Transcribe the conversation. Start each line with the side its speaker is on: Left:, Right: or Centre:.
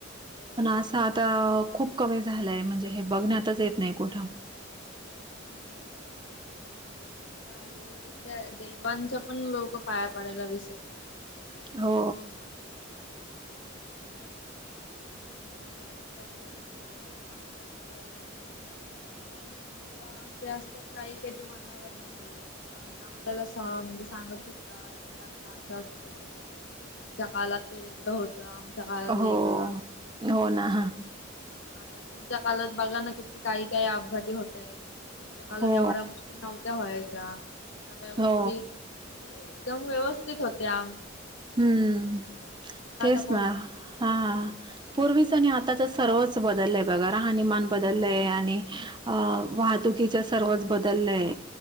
Left: हो.
Right: पण असं आता खूप कमी झालाय म्हणजे हे बघण्यातच येत नाही कुठं
Left: असता नाही आता भरपूर कमी आता आई वडीलच्या देवांच्या पण लोक पाया पाडायला विसरतात
Right: हो
Left: आणि शाळेत तर काही चांगलंच सांगतात सर वगैरे का मुलं अशी असतात काही काही त मानावर नाही घेल आणि आपल्याला स म्हणजे सांगत सुटतात की आता असं असत तुमच्या कालाात ते वेगळ होत आमचा आळात
Right: हो
Left: वेगळा
Right: हो ना ह
Left: पण आता तुमच्या कालात बघा ना किती काही काही अपघाती होत आहेत आमच्या काळात
Right: हो
Left: एवढ्या गोष्टी नव्हत्या व्हायच्या सगळ्या गोष्टी
Right: हो
Left: एकदम व्यवस्थित होते आम
Right: हम्म तेच
Left: कोण
Right: ना
Left: कोण
Right: हा पूर्वीच
Left: रस्ते वगैरे
Right: आणि आताच सर्वच बदल बघा राहानमान बदललय आणि अ वाहतुकीच सर्वच बदललय